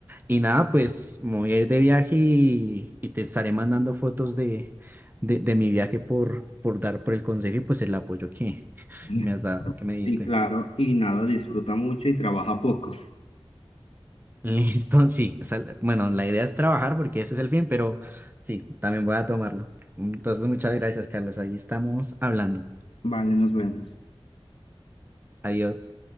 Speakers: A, on the right (about 20°); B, on the left (about 80°).
A: Y nada, pues me voy a ir de viaje y, y te estaré mandando fotos de, de, de mi viaje por, por dar por el consejo y pues el apoyo que, <laughs>
B: <laughs>
A: que me has dado, que me diste.
B: Sí, claro, y nada, disfruta mucho y trabaja poco.
A: Listo, sí. esa- bueno, la idea es trabajar porque ese es el fin, pero sí, también voy a tomarlo. Entonces, muchas gracias, Carlos. Ahí estamos hablando.
B: Vale, nos vemos.
A: Adiós.